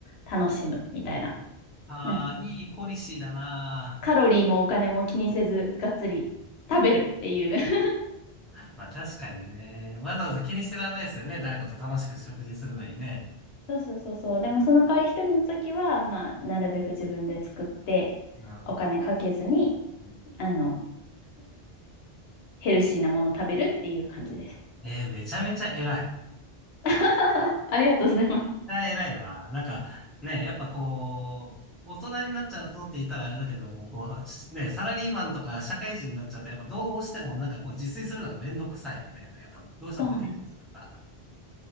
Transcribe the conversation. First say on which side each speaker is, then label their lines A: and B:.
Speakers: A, on the left; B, in the centre.
A: う、楽しむみたいな。
B: ああ、
A: な、
B: いいポリシーだな
A: カロリーもお金も気にせず、がっつり食べるっていう <laughs>
B: ーまあ確かにね。わざわざ気にしてらんないですよね。誰かと楽しく食事するのにね。
A: そうそうそうそう。でもその代わり一人の時は、まあ、なるべく自分で作って、
B: うん。
A: お金かけずに、
B: うん
A: あの、ヘルシーなもの食べるっていう感じです。
B: えーめちゃめちゃ偉い。
A: <laughs> ありがとうございます。
B: え偉いわ。なんか、ね、やっぱこう、大人になっちゃうとって言ったらあれだけども、こう、ね、サラリーマンとか社会人になっちゃうと、やっぱどうしてもなんかこう自炊するのがめんどくさいみたいな、やっぱどうしても出てきたからさ、
A: そうなんですよ。